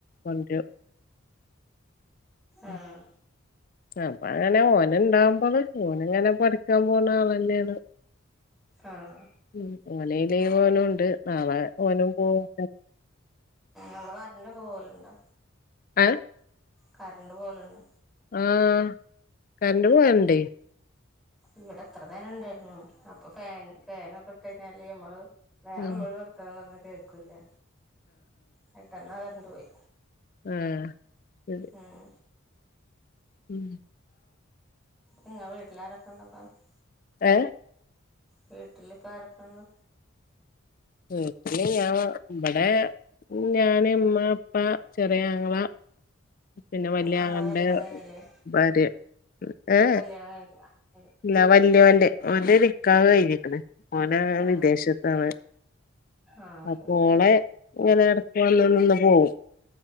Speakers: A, on the left (about 40°); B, in the centre.
A: കൊണ്ടരും
B: ആഹ്
A: അ ചെലപ്പോ ങ്ങനെ ഓൻ ഇണ്ടാവുമ്പോ ഓന ഇങ്ങനെ പഠിക്കാൻ പോവുന്നആളന്നെണ്
B: ആഹ്
A: ഈ ലീവ് ഓൻ ഇണ്ട് നാളെ ഓൻ പോവും
B: അവടെ കറന്റ് പോവലുണ്ടോ?
A: ആ
B: കറണ്ട് പോവലുണ്ടോ
A: ആഹ കറന്റ് പോവലുണ്ട്
B: ഇവിടെ ഇത്ര നേരം ണ്ടായിരുന്നു അപ്പൊ ഫാൻ ഫാനൊക്കെ ഇട്ട കഴിഞ്ഞാല് മ്മള് വേറെള്ളൊരു
A: ഉം
B: വർത്താനം പറഞ്ഞ കേൾക്കുലെ പെട്ടെന്നാ കറണ്ട് പോയി
A: ആ ശരി
B: ഉം
A: ഉം
B: ഇങ്ങ വീട്ടിലാരൊക്കെ ഇണ്ടക്ക <unintelligible>
A: ഏ
B: വീട്ടില് ഇപ്പൊ ആരൊക്ക ഇണ്ട്
A: ഇവിടെ ഞാൻ ഇവിടെ ഞാൻ ഇമ്മ അപ്പ ചെറിയ ആങ്ങള പിന്നെ വലിയ
B: ആഹ്
A: ആങളന്റെ
B: കല്യാണം കഴിഞ്ഞില്ലേ
A: ഭാര്യ ഏ
B: കല്യാണം കഴി
A: ഇല്ല വലിയൊന്റെ ഓന്റെ നിക്കാഹ്‌ കഴിഞ്ഞിക്കണ് ഓൻ
B: ആഹ്
A: വിദേശത്ത
B: ആഹ്
A: അപ്പോളെ
B: ശരി
A: ഇങ്ങനെ ഇടക്ക് വന്ന് നിന്ന് പോകവും